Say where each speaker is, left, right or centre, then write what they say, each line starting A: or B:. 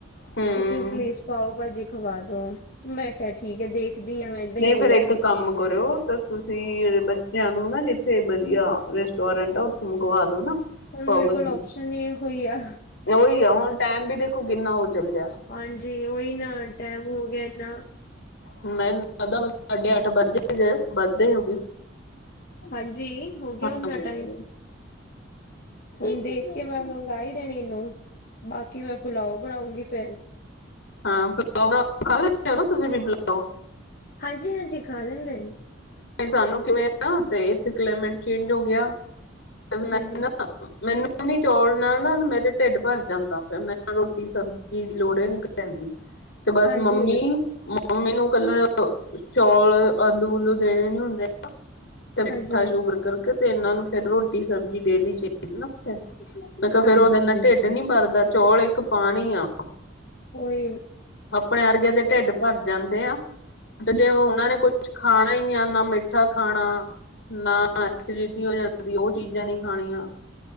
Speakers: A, on the left; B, on the left.
A: ਹੂੰ
B: ਤੁਸੀਂ ਪਲੀਸ ਪਾਓ ਭਾਜੀ ਖਵਾ ਦੋ ਮੈਂ ਕਿਹਾ ਠੀਕ ਹੈ ਦੇਖ। ਦੀਆਂ ਮੈਂ ਏਦਾਂ
A: ਨਹੀਂ
B: ਹੀ
A: ਫਿਰ
B: ਬੋਲਿਆ
A: ਇੱਕ ਕੰਮ ਕਰਿਓ ਤਾਂ ਤੁਸੀਂ ਬੱਚਿਆਂ ਨੂੰ ਨਾ ਜਿੱਥੇ ਵਧੀਆ ਰੈਸਟੋਰੈਂਟ ਆ ਤੂੰ ਮੰਗਵਾ ਲੋ ਨਾ।
B: ਹੁਣ
A: ਪਾਓ
B: ਮੇਰੇ
A: ਭਾਜੀ
B: ਕੋਲ ਓਪਸ਼ਨ ਹੀ ਕੋਈ ਆ
A: ਉਹੀ ਆ ਹੁਣ ਟਾਈਮ ਵੀ ਦੇਖੋ ਕਿੰਨਾ ਹੋ ਚੱਲਿਆ
B: ਹਾਂਜੀ ਉਹੀ ਨਾ ਟਾਈਮ ਹੋ ਗਿਆ ਇਨਾ
A: ਮੈਨੂੰ ਲੱਗਦਾ ਸਾਡੇ ਅੱਠ ਵੱਜੇ ਗਏ ਵੱਧਦੇ ਹੋ ਗਏ
B: ਹਾਂਜੀ ਹੋ ਗਿਆ
A: ਹਾਂਜੀ
B: ਓਨਾ ਟਾਈਮ ਹੁਣ ਦੇਖ ਕੇ ਮੈਂ ਮੰਗਾਈ ਦੇਣੀ ਇਹਨੂੰ ਬਾਕੀ ਮੈਂ ਪੁੁਲਾਓ ਬਣਾਉਂਗੀ ਫਿਰ
A: ਹਾਂ ਪਿਲਾਓ ਖਾ ਲੈਤੇ ਹੋ ਨਾ ਤੁਸੀਂ ਪਿਲਾਓ
B: ਹਾਂਜੀ ਹਾਂਜੀ ਖਾ ਲੈਂਦੇ ਨੇ
A: ਸਾਨੂੰ ਕਿਵੇਂ ਆ ਤੇ ਇੱਥੇ ਕਲਾਈਮੇਟ ਚੇਂਜ ਹੋ ਗਿਆ। ਮੈਂ
B: ਹਾਂਜੀ
A: ਮੈਨੂੰ ਨੀ ਚੌਲ ਨਾਲ ਨਾ ਮੇਰੇ ਢਿੱਡ ਭਰ ਜਾਂਦਾ ਫਿਰ ਮੈਂ ਰੋਟੀ ਸਬਜ਼ੀ ਚੀਜ਼ ਦੀ ਲੋੜ ਹੀ ਨਹੀਂ ਪੈਂਦੀ ਤੇ ਬਸ
B: ਹਾਂਜੀ
A: ਮੰਮੀ ਮੰਮੀ ਨੂੰ ਕੱਲ ਚੌਲ ਆਲੂ ਉੱਲੂ ਦੇਣੇ ਨੀ ਹੁੰਦੇ ਤੇ ਮਿੱਠਾ
B: ਹਾਂਜੀ
A: ਸ਼ੂਗਰ ਕਰਕੇ ਤੇ ਇਹਨਾਂ ਨੂੰ ਫਿਰ ਰੋਟੀ ਸਬਜ਼ੀ ਦੇਣੀ ਚਾਹੀਦੀ ਨਾ ਫਿਰ।
B: ਹਾਂਜੀ
A: ਮੈਂ ਕਿਹਾ ਫਿਰ
B: ਹਾਂਜੀ
A: ਉਹਦੇ ਨਾਲ ਢਿੱਡ ਨੀ ਭਰਦਾ ਚੌਲ ਇੱਕ ਪਾਣੀ ਆ
B: ਓਏ
A: ਆਪਣੇ ਅਰਗਿਆਂ ਦੇ ਢਿੱਡ ਭਰ ਜਾਂਦੇ ਆ ਜੇ ਉਹਨਾਂ ਨੇ ਕੁਛ ਖਾਣਾ ਹੀ ਨਾ ਆ ਨਾ ਮਿੱਠਾ ਖਾਣਾ, ਨਾ ਐਸੀਡਿਟੀ ਹੋ ਜਾਂਦੀ ਉਹ ਚੀਜ਼ਾਂ ਨਹੀਂ ਖਾਣੀਆਂ।